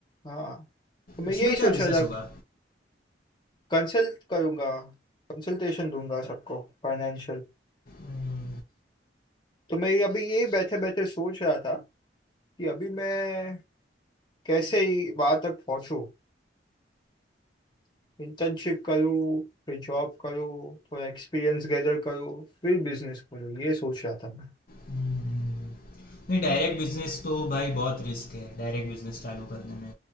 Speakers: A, on the left (about 25°); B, on the left (about 50°).
A: हाँ तो मैं
B: उसमें
A: यही सोच
B: क्या बिजनेस
A: रहा
B: होगा
A: था कंसल्ट करूंगा कंसल्टेशन दूंगा सबको फाइनेंशियल
B: हम्म,
A: तो मैं ये- अभी यही बैठे बैठे सोच रहा था कि अभी मैं कैसे ही वहां तक पहुंचूं इंटर्नशिप करूँ फिर जॉब करूँ थोड़ा एक्सपीरियंस गैदर करूँ फिर बिजनेस करूँ ये सोच रहा था मैं
B: हम्म। नहीं डायरेक्ट बिजनेस तो भाई बहुत रिस्क है डायरेक्ट बिजनेस चालू करने में